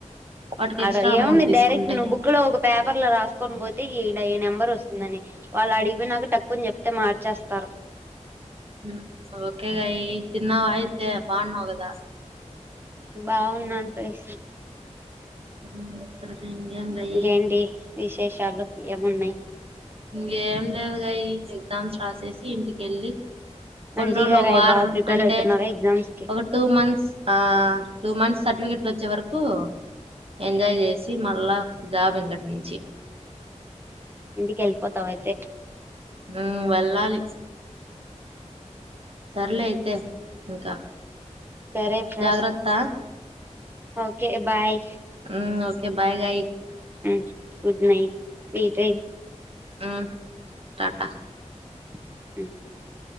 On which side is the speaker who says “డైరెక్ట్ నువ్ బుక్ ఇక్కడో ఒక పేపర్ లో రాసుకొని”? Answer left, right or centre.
Right